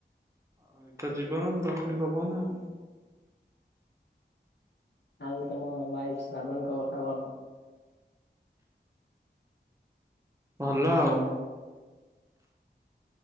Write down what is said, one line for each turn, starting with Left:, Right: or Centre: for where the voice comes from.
Right: ଆଉ ଏଇ ତ ଜୀବନ ଦକ୍ଷିଣୀ ପବନ ଆଉ
Left: ଆଉ ତମ ୱାଇଫ ଶ୍ରାବଣଙ୍କ କଥା କଣ
Right: ଭଲ ଆଉ